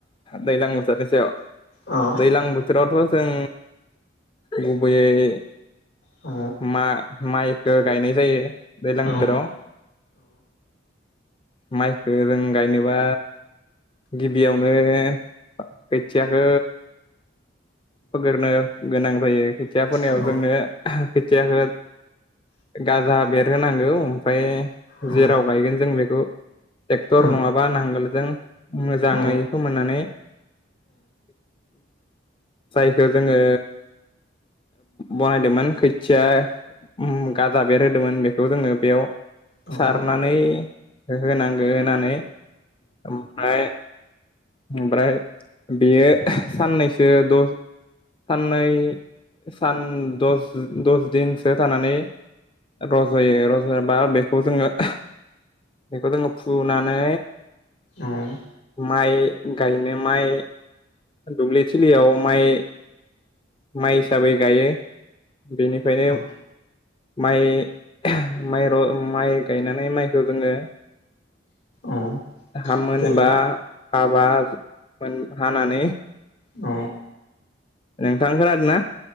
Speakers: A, on the left (about 25°); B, on the left (about 80°).
A: दैलां बोथोरनि सायाव।
B: अ
A: दैलां ब बोथोरावथ' जों गुबैयै
B: औ
A: मा माइखौ गायनाय जायो। दैलां
B: औ
A: बोथोराव माइखौ जों गायनो बा गिबियावनो खोथियाखौ फोग्रोनो गोनां जायो खोथिया फोनायाव
B: औ
A: जोंनो खोथियाखौ गाजा बेरहोनांगौ ओमफाय
B: औ
A: जेराव गायगोन जों बेखौ ट्रेक्टर
B: औ
A: नङाबा नांगोलजों मोजाङै
B: औ
A: फोमोननानै जायखौ जोङो बनायदोंमोन खोथिया ओ गाजा बेरहोदोंमोन बेखौ जोङो बेयाव
B: औ
A: सारनानै होनांगौ। होनानै ओमफ्राय ओमफ्राय बेयो साननैसो दस साननै सान दस दस दिनसो थानानै रज'यो रज'बा बेखौ जोङो <unintelligible> बेखौ जोङो फुनानै
B: औ।
A: माइ गायनो माइ दुब्लिथिलियाव माइ माइ हिसाबै गायो बेनिफ्रायनो
B: औ
A: माइ <unintelligible> माइ र माइ गायनानै माइखौ जोङो
B: औ
A: हा मोनबा
B: जेने
A: हाबा मोन हानानै
B: औ।
A: नोंथां खोनादोंना?